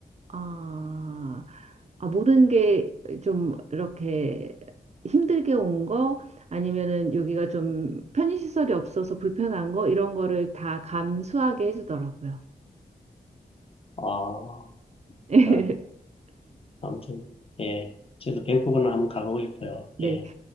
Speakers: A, on the right; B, on the left.
A: 아, 아 모든 게 좀 이렇게 힘들게 온 거 아니면은 여기가 좀 편의시설이 없어서 불편한 거 이런 거를 다 감수하게 해주더라고요.
B: 아,
A: <laughs>
B: 그래. 아무튼, 예. 저도 밴쿠버는 한번 가보고 싶어요.
A: 네.
B: 예,